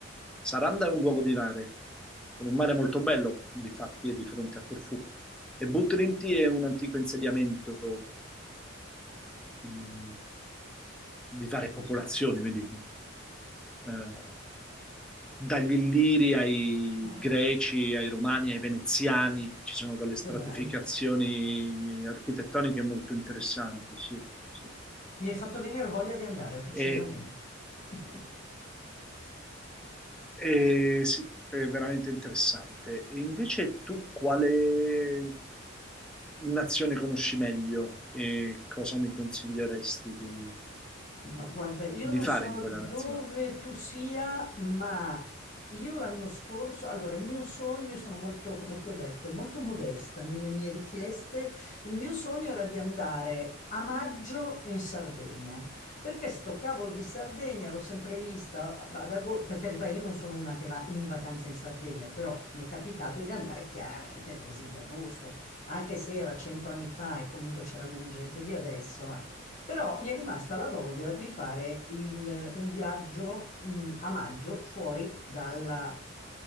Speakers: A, in the centre; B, on the left.
A: Saranda è un luogo di mare, con un mare molto bello, difatti è di fronte a Corfù. E Butrinti è un antico insediamento mh, di varie popolazioni, quindi eh, dagli Illiri ai
B: Ah,
A: Greci, ai Romani, ai Veneziani, ci sono delle
B: che
A: stratificazioni
B: bello.
A: architettoniche molto interessanti, sì, sì.
B: Mi hai fatto venire voglia di andare, decisamente.
A: E,
B: <laughs>
A: e sì, è veramente interessante. E invece tu quale nazione conosci meglio e cosa mi consiglieresti di,
B: No, guarda, io
A: di
B: non
A: fare
B: so
A: in quella
B: dove
A: nazione?
B: tu sia, ma io l'anno scorso, allora il mio sogno, io sono molto, come ti ho detto, molto modesta nelle mie richieste, il mio sogno era di andare a maggio in Sardegna, perché sto cavolo di Sardegna l'ho sempre vista, ad ago- per carità io non sono una che va in vacanza in Sardegna, però mi è capitato di andare chiaramente nel mese di agosto, anche se era cento anni fa e comunque c'era meno gente di adesso, però mi è rimasta la voglia di fare il- un viaggio, mh, a maggio fuori dalla-